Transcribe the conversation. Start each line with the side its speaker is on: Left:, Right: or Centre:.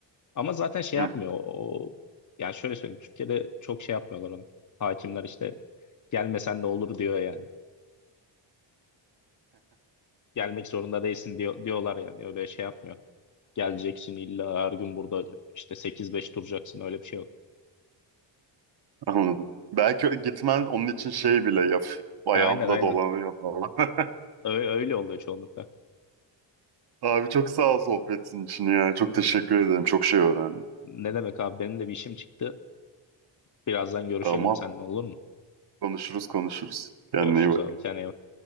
Left: Ama zaten şey
Right: Hı
Left: yapmıyor.
Right: hı,
Left: O, yani şöyle söyleyeyim. Türkiye'de çok şey yapmıyorlar onu. Hakimler işte gelmesen de olur diyor yani. Gelmek zorunda değilsin diyor, diyorlar yani. Öyle şey yapmıyor. Geleceksin illa her gün burada işte sekiz beş duracaksın öyle bir şey yok.
Right: anladım. Belki öyle gitmen onun için şey bile yap. Ayağımda
Left: E, aynen aynen.
Right: dolanıyor falan.
Left: Öyle, öyle oluyor çoğunlukla.
Right: <laughs> Abi çok sağ ol sohbetin için ya. Çok teşekkür ederim. Çok şey öğrendim.
Left: Ne demek abi benim de bir işim çıktı. Birazdan görüşelim
Right: Tamam.
Left: seninle olur mu?
Right: Konuşuruz konuşuruz. Kendine
Left: Görüşürüz
Right: iyi bak.
Left: abi. Kendine iyi bak.